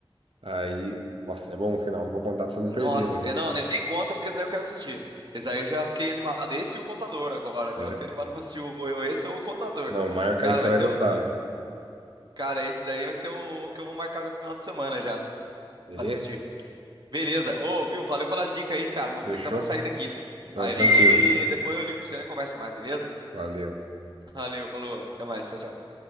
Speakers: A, on the right; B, on the right.
A: Aí... Nossa, é bom o final. Não vou contar pra você não
B: Nossa,
A: perder, velho.
B: eu não, nem nem conta, porque esse daí eu quero assistir. Esse daí eu já fiquei animado. Esse e o Contador agora. Agora
A: É,
B: eu fiquei animado pra assistir o, eu- esse ou o Contador.
A: Não, marca
B: Cara,
A: aí que você
B: vai
A: vai
B: ser
A: gostar,
B: o.
A: velho.
B: Cara, esse daí vai ser o que eu vou marcar no final de semana já
A: Beleza?
B: pra assistir. Beleza. Ô, viu? Valeu pelas dicas aí, cara, mas
A: Fechou?
B: vou ter que dar uma saída aqui.
A: Não,
B: Aí
A: tranquilo.
B: depois eu ligo pra você e né, conversa mais, beleza?
A: Valeu.
B: Valeu, falou. Até mais. Tchau, tchau.